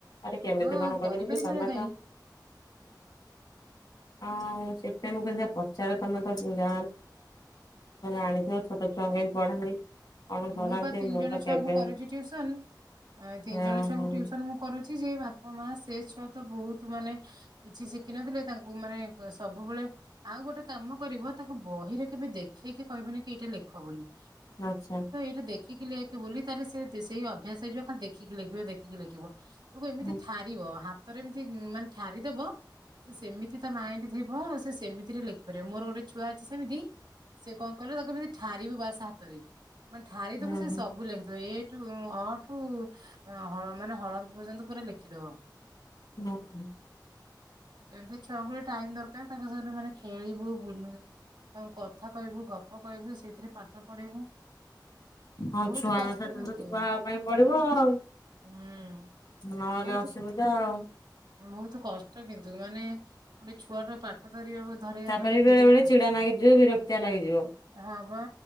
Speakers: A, on the left; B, on the right.
A: ଆରେ କେମିତି
B: ହଁ
A: କଣ
B: କରିପାରିବନି
A: କରିବକି ତମେ
B: କାହିଁ
A: ତ ହଁ ସେଥିପାଇଁ ମୁଁ କହିଲି ଦେଖି ପଚାରେ ତମେ <unintelligible> ଆଣିଥିବ ଛଟ ଛୁଆଁଙ୍କୁ କେମତି ପଢାନ୍ତି? କଣ
B: ମୁଁ
A: କରନ୍ତି
B: ବା ତିନି
A: ମୁଁ
B: ଜଣ
A: ତ କେବେ
B: ଛୁଆଙ୍କୁ କରୁଛି ଟ୍ୟୁସନ ତିନି
A: ଓହୋ
B: ଜଣ ଛୁଆଙ୍କୁ ଟ୍ୟୁସନ ମୁଁ କରୁଛି। କି ସେ ବାପା ମା ସେ ଛୁଆ ତ ବହୁତ ମାନେ କିଛି ଶିଖିନଥିଲେ ତାଙ୍କୁ ମାନେ ସବୁବେଳେ ଆଉ ଗୋଟେ କାମ କରିବ ତାକୁ ବହିରେ କେବେ ଦେଖେଇକି କହିବନି କି ଏଇଟା ଲେଖ ବୋଲି।
A: ଆଚ୍ଛା।
B: ଯେ ଦେଖିକି ଲେଖେ ବୋଲି ତାହାଲେ ସେ ସେଇ ଅଭ୍ୟାସ ହେଇଯିବ ଖାଲି ଦେଖିକି ଲେଖିବ, ଦେଖିକି ଲେଖିବ। ତୁଗୁ ଏମିତି
A: ହୁଁ
B: ଥାରିବ ହାତ ଥରେ ଏମିତି ମାନେ ଠାରିଦବ ସେ ସେମିତି ତା ମାଇଣ୍ଡ ଥିବ। ସେ ସେମିତିରେ ଲେଖିପାରିବ, ମୋର ଗୋଟେ ଛୁଆ ଅଛି ସେମିତି ସେ କଣ କରେ ତାକୁ କେମିତି ଠାରିବୁ ବାସ ହାତରେ ମାନେ ଠାରିଦବ
A: ହୁଁ।
B: ସେ ସବୁ ଲେଖିଦବ ଏ ଅଠୁ--ଅଠୁ ହଳ--ମାନେ ହଳନ୍ଦ ପର୍ଯ୍ୟନ୍ତ ପୁରା ଲେଖିଦେବ
A: ହୁଁ ହୁଁ।
B: ସେମିତି ଛୁଆଙ୍କୁ ଟିକେ ଟାଇମ୍ ଦରକାର। ତାଙ୍କ ସହିତ ମାନେ ଖେଳିବୁ, ବୁଲ ତାଙ୍କୁ କଥା କହିବୁ, ଗପ କହିବୁ ସେଇଥିରେ ପାଠ ପଢେଇବୁ।
A: ହଁ
B: ବହୁତ
A: ଛୁଆଙ୍କ
B: କଷ୍ଟ
A: ସହିତ
B: କିନ୍ତୁ
A: ତ ଛୁଆ ହବା ପାଇଁ ପଡିବ ଆଉ।
B: ହୁଁ
A: ନହେଲେ
B: ବହୁତ
A: ଅସୁବିଧା ଆଉ
B: ବହୁତ କଷ୍ଟ କିନ୍ତୁ ମାନେ ଗୋଟେ ଛୁଆଟାର ପାଠ ଧରିବାକୁ ଧରେଇବା
A: ତାପରେ
B: ପାଇଁ
A: ବେଳେ
B: ବହୁତ
A: ବେଳେ
B: କଷ୍ଟ
A: ଚିଡା ନାଗିଯିବ ବିରକ୍ତିଆ ଲାଗିଯିବ।
B: ହଁ ବା